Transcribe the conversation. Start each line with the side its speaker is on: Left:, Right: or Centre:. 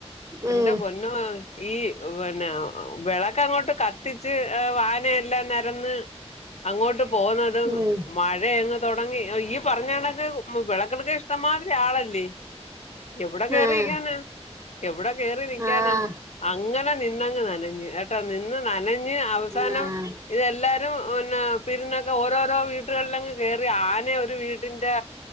Right: ഉം
Left: എന്റെ പൊന്ന പിന്ന ഈ പിന്നെ വിളക്ക അങ്ങോട്ട് കത്തിച്ച് ആ വായനയെല്ലാം നെരന്ന് അങ്ങോട്ട് പന്നതും
Right: ഉം
Left: മഴയങ്ങ് തൊടങ്ങി ഈ പറഞ്ഞ കണക്ക് വിളക്കെടുക്ക ഇഷ്ടംമാതിരി ആളല്ലേ എവിടെ കേറിയിക്കാന
Right: ആഹ്
Left: എവിടെ കേറി നിക്കാനാ
Right: ആഹ്
Left: അങ്ങനെ നിന്നങ്ങ് നനഞ് നിന്ന് നനഞ്ഞ് അവസാനം
Right: ആഹ്
Left: ഇതെല്ലാരും പിന്നെ പിരുന്നൊക്കെ ഓരോരോ വീട്ടുകളിലങ്ങ് കേറി ആന ഒരു വീട്ടിന്റെെ